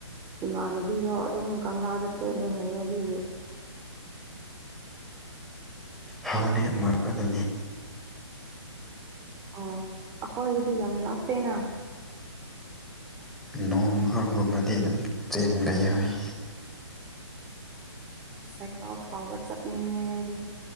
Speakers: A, on the right; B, in the centre.
A: ꯏꯃꯥꯟꯅꯨꯕꯤꯗꯣ ꯑꯗꯨꯝ ꯀꯪꯂꯥꯗ ꯆꯦꯜꯂꯦ ꯍꯥꯏꯌꯦ ꯑꯗꯨꯏꯒꯤ
B: ꯍꯥꯎꯅ ꯃꯥꯔꯛ ꯑꯗꯨ
A: ꯑꯣ ꯑꯩꯈꯣꯏꯒꯤꯗꯤ ꯌꯥꯝ ꯂꯥꯞꯄꯦꯅ
B: ꯅꯣꯡꯃꯥꯒꯨꯝꯕꯗꯤ ꯑꯗꯨꯝ ꯆꯦꯟꯕ ꯌꯥꯏ
A: ꯁꯀꯥꯥꯆꯠꯅꯤꯗꯤ